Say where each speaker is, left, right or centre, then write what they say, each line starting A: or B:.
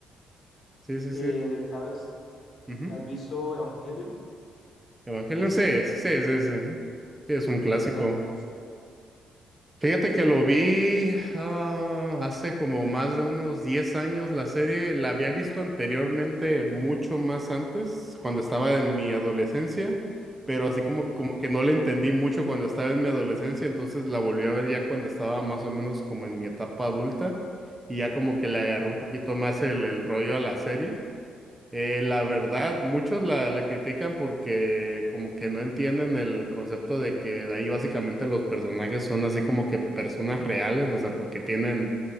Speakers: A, on the right; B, on the left.
A: Sí, sí,
B: Eh,
A: sí,
B: ¿sabes?
A: ujú.
B: ¿Te has visto Evangelion?
A: Evangelion
B: Bueno que sí.
A: sí es, sí, sí, sí. Sí, es un clásico.
B: ¿Y qué te parece ese?
A: Fíjate que lo vi ah, hace como más de unos 10 años la serie, la había visto anteriormente mucho más antes, cuando estaba en mi adolescencia, pero así como,
B: Sí,
A: como que no le entendí mucho cuando estaba en mi adolescencia, entonces la volví a ver ya cuando estaba más o menos como en mi etapa adulta y ya como que le agarró
B: claro.
A: un poquito más el, el rollo a la serie. Eh, la
B: Sí,
A: verdad,
B: sí, sí.
A: muchos la, la critican porque como que no entienden el concepto de que ahí básicamente los personajes son así como que personas reales, o sea, porque tienen,